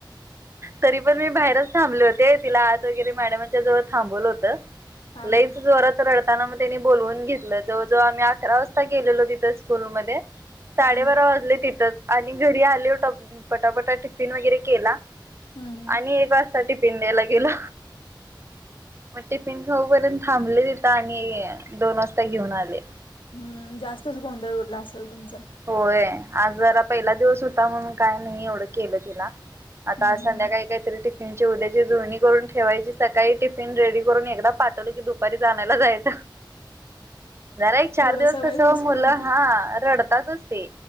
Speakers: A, on the right; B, on the left.
A: तरी पण मी बाहेरच थांबले होते तिला आत वगैरे मॅडमांच्या जवळ थांबवलं होतं
B: हा
A: लईच
B: हा
A: जोरात रड ताना मग त्यांनी बोलवून घेतलं, जवळ जवळ आम्ही अकरा वाजता गेलेलो तिथं स्कूल मध्ये साडेबारा
B: हा हा
A: वाजले तिथ च आणि घरी आले, पटापटा टिफिन वगैरे केला.
B: हम्म हम्म
A: आणि एक वाज या टिफीन द्यायला गेलो. म टीफी न खाऊपर्यंत थांबले तिथ आणि दोन वाजता घेऊन आले.
B: हम्म जास्तच गोंधळ उडला असेल तुमचा
A: होय आज जरा पहिला दिवस होता म्हणून काय नाही एवढं केलं तिला आता
B: हम्म
A: संध्याकाळी
B: हम्म
A: काहीतरी टि फीनची उद्याची जुळणी करून ठेवायची, सकाळी टिफिन रेडी करून एकदा पाठवलं की दुपारीच आणायला जायच. जरा एक चार
B: थोडं
A: दिवस
B: सवय
A: कस
B: होसपर्यंत
A: मुलं हा रड तातच ते